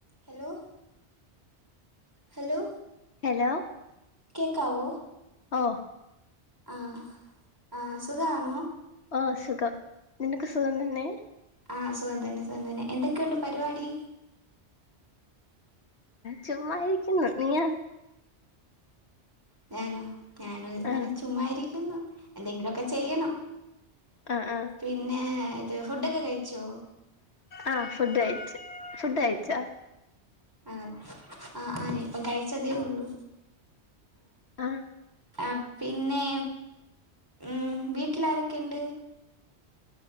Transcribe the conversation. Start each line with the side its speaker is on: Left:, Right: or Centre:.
Right: Hello hello
Left: hello
Right: കേക്കാവോ
Left: ഓ
Right: ആഹ് ആഹ് സുഖാണോ
Left: ആ സുഖം നിനക്ക് സുഖം തന്നെ
Right: ആഹ് സുഖം തന്നെ സുഖം തന്നെ എന്തൊക്കെണ്ട് പരിപാടി
Left: ചുമ്മായിരിക്കുന്നു നീയ
Right: ഞാനോ ഞാനും ഇങ്ങനെ
Left: ആഹ്
Right: ചുമ്മാരിക്കുന്നു എന്തെങ്കിലോക്കെ ചെയ്യണം
Left: ആഹ് ആഹ്
Right: പിന്നെ ഇത് ഫുഡ് ഒക്കെ കഴിച്ചോ
Left: ആഹ് ഫുഡ് കഴിച്ചു ഫുഡ് കഴിച്ചാ
Right: ആ ആ ആ ദേ ഇപ്പം കഴിച്ചതേ ഉള്ളൂ
Left: ആഹ്
Right: ആ പിന്നെ ഉം വീട്ടിൽ ആരൊക്കെ ഇണ്ട്